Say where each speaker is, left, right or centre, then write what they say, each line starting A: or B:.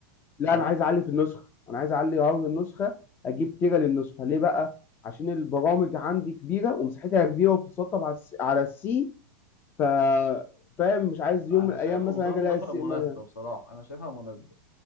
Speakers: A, on the left; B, on the left.
A: لا
B: تمام
A: انا عايز اعلي في النسخه انا عايز اعلي هارد النسخه اجيب تيرا للنسخه ليه بقى عشان البرامج عندي كبيره ومساحتها كبيره وبتتسطب على الس- على السي ف فاهم مش عايز يوم
B: انا
A: من الايام
B: شايف 512
A: مثلا اجي الاقي السي
B: مناسبه
A: مليان
B: بصراحه انا شايفها مناسبه